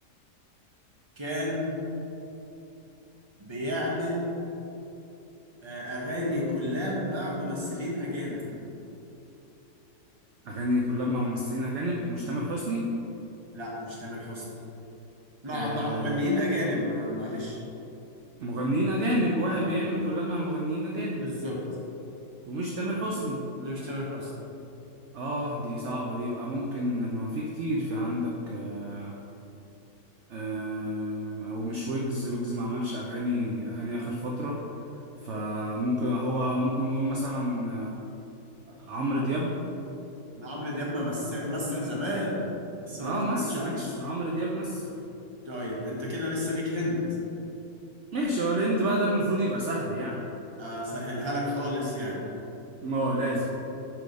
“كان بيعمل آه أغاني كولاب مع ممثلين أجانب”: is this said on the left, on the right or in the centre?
Right